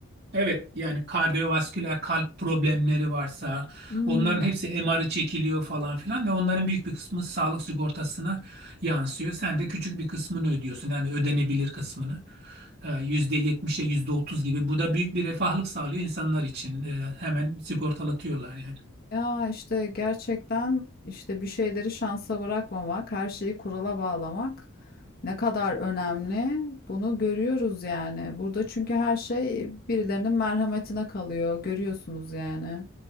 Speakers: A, on the right; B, on the left.
A: Evet, yani kardiyovasküler kalp problemleri varsa
B: Hmm.
A: onların hepsi MR'ı çekiliyor falan filan ve onların büyük bir kısmı sağlık sigortasına yansıyor. Sen de küçük bir kısmını ödüyorsun yani ödenebilir kısmını Ee, yüzde yetmişe yüzde otuz gibi. Bu da büyük bir refahlık sağlıyor insanlar için. Ee, Hemen sigortalatıyorlar yani.
B: Ya işte gerçekten işte bir şeyleri şansa bırakmamak, her şeyi kurala bağlamak ne kadar önemli bunu görüyoruz yani. Burada çünkü her şey birilerinin merhametine kalıyor, görüyorsunuz yani.